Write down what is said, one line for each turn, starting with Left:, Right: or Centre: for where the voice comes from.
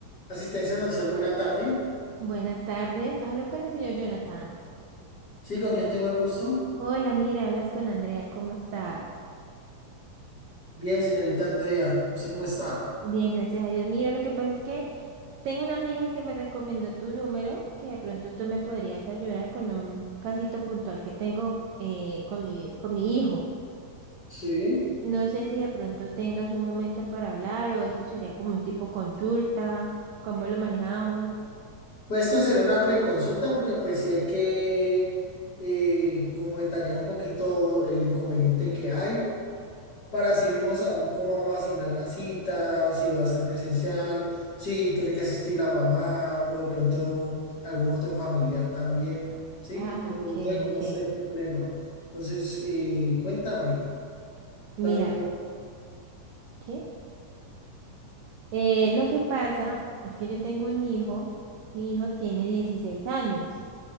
Left: Asistencia Social, buena tarde.
Right: Buenas tardes, hablo con el señor Jonathan.
Left: Sí, ¿con quién tengo el gusto?
Right: Hola, mira, hablas con Andrea, ¿cómo estás?
Left: Bien, señorita Andrea, ¿usted cómo está?
Right: Bien, gracias a Dios. Mira, lo que pasa es que tengo una amiga que me recomendó tu número, que de pronto tú me podrías ayudar con un casito puntual que tengo eh, con mi, con mi hijo.
Left: Sí.
Right: No sé si de pronto tengas un momento para hablar o eso sería como un tipo consulta, cómo lo manejamos.
Left: Pues esto sería una preconsulta porque pues sí hay que eh, como detallar un poquito el inconveniente que hay para así mismo
Right: Ah,
Left: saber cómo vamos a asignar la cita, si va a ser presencial, si tiene que asistir la mamá o de pronto algún otro familiar también, ¿sí?
Right: ah,
Left: Dependiendo
Right: ok,
Left: de cómo
Right: ok.
Left: esté el problema. Entonces, eh, cuéntame también.
Right: Mira,
Left: po-
Right: ¿qué? Eh, lo que pasa es que yo tengo un hijo, mi hijo tiene 16 años.